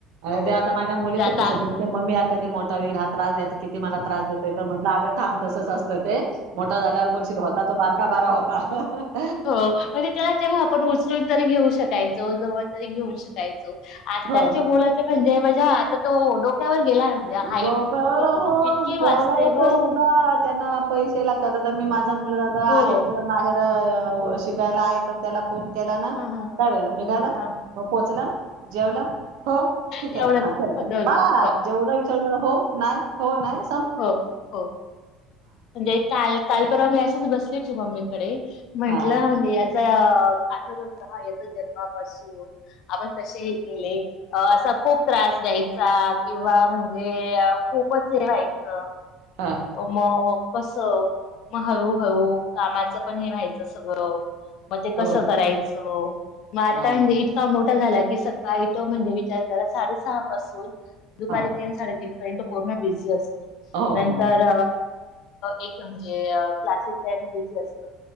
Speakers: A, on the right; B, on the left.
A: अरे
B: हो
A: ते आता
B: म्हणजे
A: माझ्या मुलीचं
B: आता
A: कसं ती म्हणती मम्मी आत कधी मोठा होईल त्रास द्यायचा किती मला त्रास देतोय तर म्हटलं आवर थांब तसंच असतं ते मोठा झाल्यावर बोलशील होता तो बारका बरा होत ह हा ह
B: हो म्हणजे त्याला तेव्हा त्याला आपण उचलून तरी घेऊ शकाल तू जवळजवळ तरी घेऊन शिकायचो आत्ताचे
A: हो
B: बोल असे पण जे म्हणजे हा आता तो डोक्यावर गेलाय म्हणजे हाईट
A: डोप्यावर हो
B: इतकी
A: बोलायचं
B: वाचते हो
A: सुद्धात त्यांना पैसे लागतात आता मी माझ मुलगा तर
B: हो
A: आहे तिकडे बाहेर अहो शिकायला आहे तर त्याला फोन केला ना
B: ह ह
A: काय झालं निगाला
B: ह
A: मग पोचला जेवला हो ठीक
B: एवढंच
A: आहे हा चल चल
B: दोन
A: बाय
B: मिनिट हो
A: जेवढा हो होणार होणार
B: हो हो म्हणजे काल काल परवा मी असच बसले जायचे मम्मीकडे म्हंटल
A: हा
B: होऊ द्या आज आ आठ हा येतो जन्मापासून हो आपण कसे हे केले असा खूप त्रास द्यायचा किंवा म्हणजे खूपच हे व्हाय च. <unintelligible>
A: हा
B: कस मग हळूहळू कामाचं पण हे व्हायचं सगळं मग ते
A: हो
B: कसं करायचं मग आता
A: हा
B: हेच काम अभ्यास झाल की सकाळी तो विचार करायचा साडेसहा पासून दुपारी
A: हा
B: तीन साडेतीन काय तो पूर्ण बिझी असतो
A: हो हो.
B: तर एक म्हणजे क्लासेस च्या ह्यान बिझी असतो.